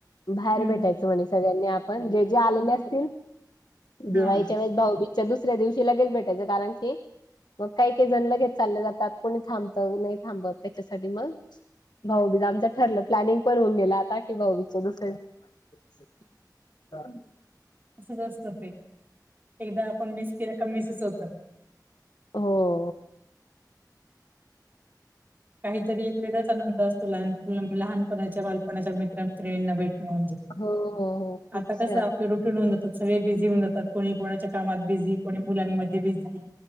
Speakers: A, on the left; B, on the right.
A: बाहेर
B: हम्म
A: भेटायचं म्हणे सगळ्यांनी आपण जे जे आलेले असतील दिवाळीच्या
B: हा
A: वेळेस भाऊबीज च्या दुसऱ्या दिवशी लगेच भेटायचं कारण की मग काही काही जण लगेच चालले जातात कोणी थांबत नाही थांबत त्याच्यासाठी मग भाऊबीज आमच ठरलं प्लॅनिंग पण होऊन गेल आता की भाऊबीच्या दुसऱ्या हां
B: असच असत ते एकदा आपण मिेस केलं का मिसच होत.
A: हो
B: काहीतरी एक वेगळाच आनंद असतो लहान मुला लहान- कोणाच्या बालपणाच्या मित्रमित्रिणीना भेटणं म्हणजे
A: हो हो हो खूप
B: आता
A: छान.
B: कसं आपलं रुटीन होऊन जात. सगळे बिझी होऊन जातात. कोणी कोणाच्या कामात बिझी कोणी मुलांमध्ये बिझी